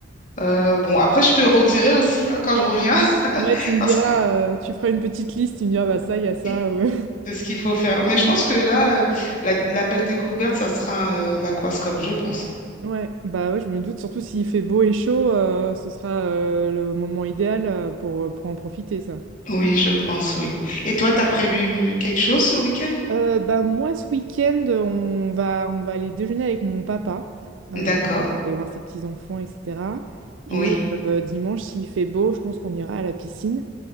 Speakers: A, on the left (about 45°); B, on the right (about 80°).
A: Euh, bon, après, je te redirai aussi hein, quand
B: Ouais,
A: je reviens, <laughs>
B: ouais, tu me
A: parce
B: diras,
A: que
B: euh, tu feras une petite liste, tu me diras, bah ça, il y a ça.
A: oui,
B: Ouais,
A: de ce qu'il faut faire. Mais je pense que là, euh, la, la belle découverte, ça sera euh, l'aquascope, je pense. hein.
B: <laughs> Ouais, bah ouais, je me doute, surtout s'il fait beau et chaud, euh, ce sera euh, le moment idéal euh, pour, euh, pour en profiter, ça.
A: Oui, je pense, oui. Et toi, t'as prévu quelque chose ce week-end?
B: Euh, bah moi, ce week-end, on va, on va aller déjeuner avec mon papa, euh,
A: D'accord,
B: aller voir ses petits-enfants, etc. Et
A: oui.
B: euh, dimanche, s'il fait beau, je pense qu'on ira à la piscine.